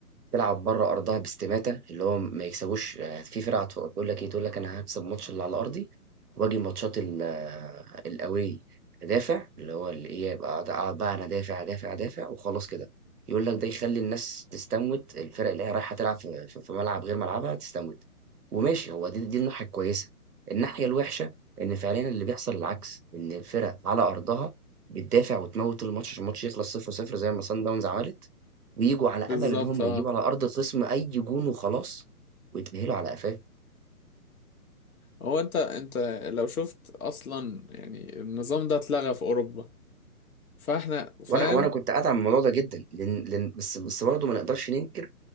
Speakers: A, on the right (about 75°); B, on the left (about 65°).
A: تلعب بره أرضها باستماتة، اللي هو ما يكسبوش يعني في فرق هتف تقول لك إيه، تقول لك أنا هاكسب الماتش اللي على أرضي وآجي ماتشات ال آه، الأواي أدافع، اللي هو اللي إيه، أبقى قاعد قاعد بقى أنا أدافع، أدافع، أدافع وخلاص كده، يقول لك ده يخلّي الناس تستموت، الفرق اللي هي رايحة تلعب في في في ملعب غير ملعبها تستموت، وماشي هو دي دي الناحية الكويسة، الناحية الوحشة إن فعليًا اللي بيحصل العكس، إن الفرق على أرضها بتدافع وتموت الماتش عشان الماتش يخلص 0-0 زي ما صن داونز عملت. وييجوا على امل
B: بالظبط
A: ان هم
B: اه
A: يجيبوا على ارض الخصم اي جون وخلاص ويتاهلوا على قفاه
B: هو انت انت لو شفت اصلا يعني النظام ده اتلغى في اوروبا فاحنا فاهم
A: وانا وانا كنت قاعد على الموضوع ده جدا لان لان بس بس برضه ما نقدرش ننكر